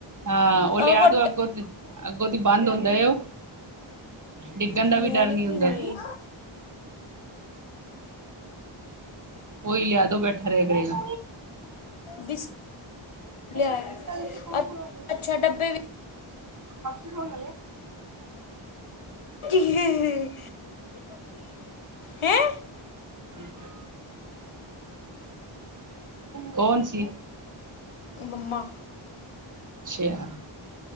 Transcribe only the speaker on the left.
ਆ
ਵੱਡਾ
ਮੈਂ
ਨਹੀਂ
ਪੀਣੀ
ਬਿਸ
ਲਿਆਇਆ
ਅੱ-
ਅੱਛਾ ਡੱਬੇ ਵੀ
ਭੱਜੀਏ ਹੈਂ।
ਮੰਮਾ।